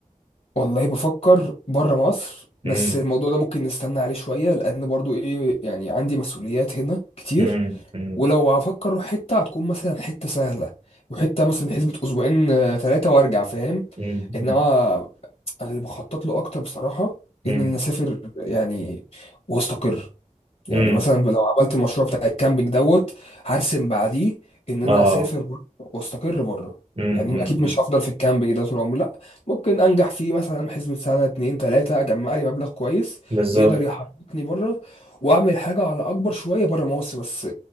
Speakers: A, on the left (about 60°); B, on the right (about 45°).
A: والله بفكر بره مصر بس
B: امم
A: الموضوع ده ممكن نستنى عليه شوية لأن برضو إيه يعني عندي مسؤوليات هنا كتير
B: امم امم
A: ولو هفكر أروح حتة هتكون مثلا حتة سهلة وحتة مثلا حسبة أسبوعين آه، ثلاثة وأرجع فاهم
B: امم
A: إنما أنا اللي بخطط له أكتر بصراحة
B: امم
A: إن أنا أسافر يعني وأستقر يعني
B: امم
A: مثلا لو عملت المشروع بتاع الكامبينج دوت هرسم بعديه ان انا
B: اه
A: اسافر بره واستقر بره
B: امم
A: يعني
B: امم
A: اكيد مش هفضل في الكامبينج ده طول عمري لا ممكن انجح فيه مثلا حسبة سنه اتنين تلاته اجمع لي مبلغ كويس
B: بالظبط
A: يقدر يحركني بره واعمل حاجه على اكبر شويه بره مصر بس